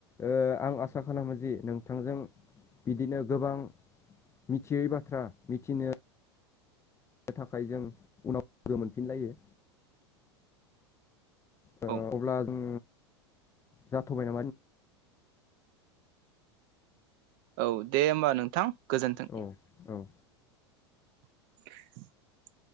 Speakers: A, on the left (about 20°); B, on the right (about 45°).
A: ओ आं आसा खालामो जि नोंथांजों बिदिनो गोबां मिथियै बाथ्रा मिथिनो थाखाय जों उनाव लोगो मोनफिनलायो ओ
B: औ
A: अब्ला जों जाथ'बाय
B: औ दे होमबा नोंथां गोजोन्थों
A: औ औ
B: <inaudible>